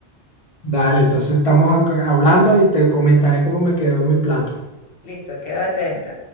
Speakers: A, on the left; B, on the left.
A: Dale, entonces estamos acá hablando y te comentaré cómo me quedó mi plato.
B: Listo, quédate atenta.